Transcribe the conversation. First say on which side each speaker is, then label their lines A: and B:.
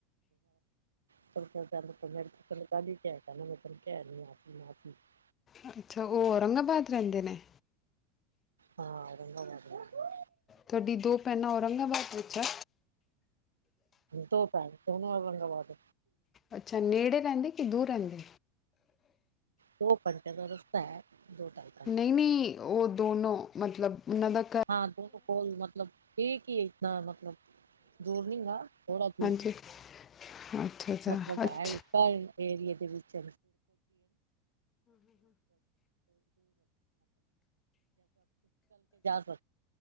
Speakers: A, on the right; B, on the left.
A: <unintelligible>
B: ਅੱਛਾ ਉਹ ਔਰੰਗਾਬਾਦ ਰਹਿੰਦੇ ਨੇ।
A: ਹਾਂ ਔਰੰਗਾਬਾਦ ਰਹਿੰਦੇ ਨੇ।
B: ਤੁਹਾਡੀ ਦੋ ਭੈਣਾਂ ਔਰੰਗਾਬਾਦ ਵਿੱਚ ਆ।
A: ਦੋ ਭੈਣ ਕਿਹਨੂੰ ਔਰੰਗਗਵਾਦ।
B: ਅੱਛਾ ਨੇੜੇ ਰਹਿੰਦੇ ਕਿ ਦੂਰ ਰਹਿੰਦੇ।
A: ਦੋ ਘੰਟੇ ਦਾ ਰਸਤਾ ਦੋ ਟਾਈ।
B: ਨਹੀਂ-ਨਹੀਂ ਉਹ ਦੋਨੋ, ਮਤਲਬ ਉਹਨਾਂ ਦਾ ਘ
A: ਹਾਂ, ਦੇ ਕੋਲ ਮਤਲਬ ਠੀਕ ਹੀ ਇਤਨਾ ਮਤਲਬ ਦੂਰ ਨਹੀਂ ਗਾ ਥੋੜਾ ਦੂਰ
B: ਹਾਂਜੀ ਅੱਛਾ ਅੱਛਾ
A: ਮਤਲਬ
B: ਅੱਛਾ
A: ਇਹੀ। ਘਰ ਏਰੀਏ ਦੇ ਵਿੱਚ <unintelligible> <unintelligible>